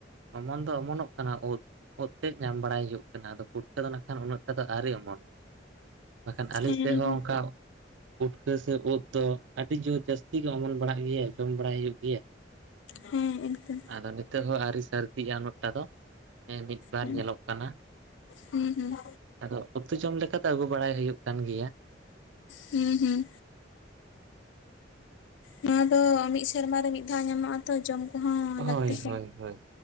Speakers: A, on the right (about 80°); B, on the left (about 70°).
A: ᱚᱢᱚᱱ ᱫᱚ ᱚᱢᱚᱱᱚᱜ ᱠᱟᱱᱟ ᱩᱫ᱾ ᱳᱫᱛᱮᱫ ᱧᱟᱢ ᱵᱟᱲᱟᱭ ᱦᱩᱭᱩᱜ ᱠᱟᱱᱟ ᱟᱫᱚ ᱯᱷᱩᱴᱠᱟᱹ ᱫᱚ ᱱᱟᱜᱠᱷᱟᱱ ᱩᱱᱟᱹᱜᱴᱟ ᱫᱚ ᱟᱹᱣᱨᱤ ᱚᱢᱚᱱᱚᱜ-ᱟ ᱵᱟᱠᱷᱟᱱ
B: ᱦᱮᱸ
A: ᱟᱹᱞᱤᱧ ᱥᱮᱫ ᱦᱚᱸ ᱚᱱᱠᱟ ᱩᱴᱠᱟᱹ ᱥᱮ ᱩᱫ ᱫᱚ ᱟᱹᱰᱤ ᱡᱳᱨ ᱡᱟᱹᱥᱛᱤ ᱜᱮ ᱚᱢᱚᱱ ᱵᱟᱲᱟᱜ ᱜᱮᱭᱟ ᱡᱚᱢ ᱵᱟᱲᱟᱭ ᱦᱩᱭᱩᱜ ᱜᱮᱭᱟ᱾
B: ᱦᱮᱸ ᱮᱠᱫᱚᱢ
A: ᱟᱫᱚ ᱱᱤᱛᱚᱜ ᱦᱚᱸ ᱟᱹᱣᱨᱤ ᱥᱟᱹᱨᱫᱤᱜᱼᱟ ᱩᱱᱟᱹᱜᱴᱟ ᱫᱚ᱾ ᱦᱮᱸ ᱢᱤᱫ ᱵᱟᱨ
B: ᱦᱮᱸ
A: ᱧᱮᱞᱚᱜ ᱠᱟᱱᱟ᱾
B: ᱦᱩᱸ ᱦᱩᱸ
A: ᱟᱫᱚ ᱩᱛᱩ ᱡᱚᱢ ᱞᱮᱠᱟ ᱫᱚ ᱟᱹᱜᱩ ᱵᱟᱲᱟᱭ ᱦᱩᱭᱩᱜ ᱠᱟᱱ ᱜᱮᱭᱟ
B: ᱦᱩᱸ ᱦᱩᱸ ᱱᱚᱣᱟ ᱫᱚ ᱢᱤᱫ ᱥᱮᱨᱢᱟ ᱨᱮ ᱢᱤᱫ ᱫᱷᱟᱣ ᱧᱟᱢᱚᱜᱼᱟ ᱛᱚ ᱡᱚᱢ ᱠᱚᱦᱚᱸ
A: ᱦᱳᱭ
B: ᱞᱟᱹᱠᱛᱤᱜ ᱠᱟᱱᱟ
A: ᱦᱳᱭ ᱦᱳᱭ